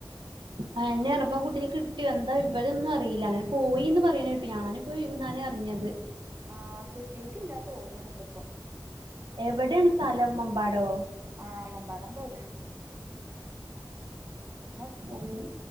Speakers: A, on the right; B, on the right.
A: ആ് എന്നെയാപ്പാ കുട്ടിക്ക് കിട്ടോ എന്താ വിവരം ഒന്നും അറിയില്ല അങ്ങനെ പോയിന്ന് പറയണേ കിട്ടു ഞാനും ഇ എന്നാന അറിഞ്ഞത്.
B: ആഹ് കിട്ടിട്ടില്ല തോന്നുണ് ണ്ട് ഇപ്പൊ.
A: എവിടേണ് സ്ഥലം മമ്പാടോ.
B: ആഹ് മമ്പാടാന്ന് തോന്ന്ണ്. അങ്ങനെ
A: ഉം